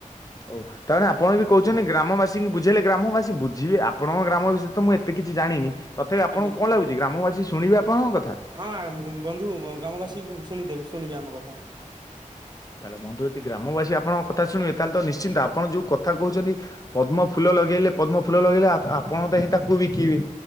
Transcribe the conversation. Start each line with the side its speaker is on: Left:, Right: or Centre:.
Left: ଓ। ତା ମାନେ ଆପଣ ବି କହୁଛନ୍ତି ଗ୍ରାମବାସୀଙ୍କୁ ବୁଝେଇଲେ ଗ୍ରାମବାସୀ ବୁଝିବେ ଆପଣଙ୍କ ଗ୍ରାମ ବିଷୟରେ ତ ମୁଁ ଏତେ କିଛି ଜାଣିନି। ତ ଆପଣ
Right: ଆଜ୍ଞା।
Left: କଣ ଲାଗୁଛି ଗ୍ରାମବାସି ଶୁଣିବେ ଆପଣଙ୍କ କଥା।
Right: ହଁ ବନ୍ଧୁ ଗ୍ରାମବାସୀ ଶୁଣିଦେବ ଶୁଣିବେ ଆମ କଥା।
Left: ତାହେଲେ ବନ୍ଧୁ ଯଦି ଗ୍ରାମବାସୀ ଆପଣଙ୍କକଥା ଶୁଣିବେ ତାହେଲେ ତ ନିଶ୍ଚିନ୍ତ ଆପଣ ଯୋଉ କଥା କହୁଛନ୍ତି ପଦ୍ମ ଫୁଲ ଲଗେଇଲେ ପଦ୍ମ ଫୁଲ ଲଗେଇଲେ ଆପଣ ତ ହିଁ ତାକୁ ବିକିବେ।